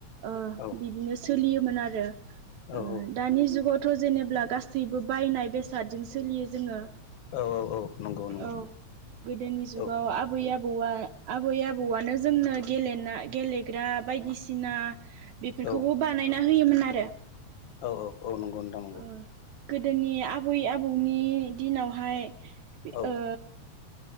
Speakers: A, on the right; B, on the left.
A: ओ
B: औ
A: बिदिनो सोलियोमोन आरो
B: औ
A: ओ
B: औ
A: दानि जुगावथ' जेनेब्ला गासैबो बायनाय बेसादजों सोलियो जोङो
B: औ औ नंगौ नंगौ
A: औ गोदोनि जुगाव
B: औ
A: आबै आ औआ आबै-आबौआनो जोंनो गेलेना गेलेग्रा बायदिसिना। बेफोरखौबो
B: औ
A: बानायना होयोमोन आरो।
B: औ औ औ नगौ नथां नंगौ।
A: ओ गोदोनि आबै-आबौनि दिनावहाय
B: औ
A: ओ